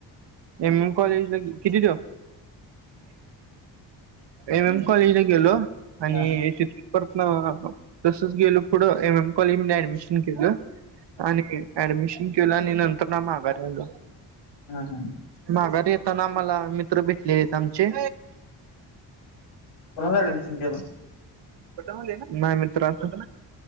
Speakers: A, on the right; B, on the left.
A: एम एम कॉलेज ला किती देऊ. एम एम कॉलेजला गेलो आणिथ.
B: हा
A: परता तसच गेल पुढं एम एम कॉलेज म ऍडमिशन केलं आणि. ऍडमिशन केलं आणि नंतर ना माघार आलं.
B: हम हम.
A: माघारी येताना आम्हाला मित्र भेटलेले आहेत आमचे
B: कोन्हाच ऍडमिशन केलं
A: खोटं म्हटले ना नाही मित्र आपण